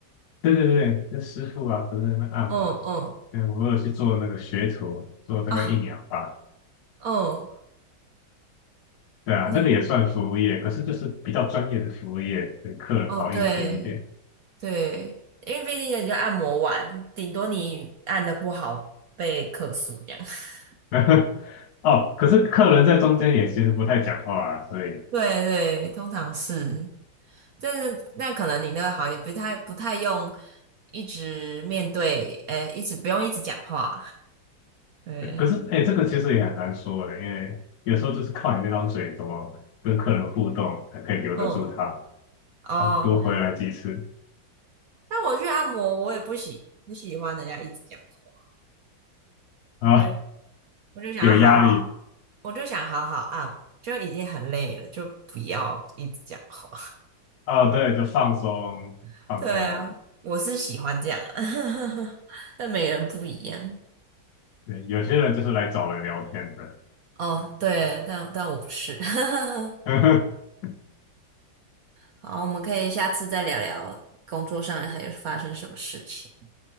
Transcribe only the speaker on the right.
嗯嗯
啊，嗯，
你怎么？
哦，对对，因为毕竟人家按摩完，顶多你按的不好被客诉这样。<laughs>
对对，通常是。就是那可能你那个好也不太不太用一直面对，呃，一直不用一直讲话，对，
嗯，哦，
那我去按摩，我也不喜不喜欢人家一直讲话，
我就我就想要好好，
我就想好好按摩，就已经很累了，就不要一直讲话。
<laughs> 对啊，我是喜欢这样啊，<laughs> 但每个人不一样。
哦，对，但但我不是。<laughs>
好，我们可以下次再聊聊工作上还有发生什么事情。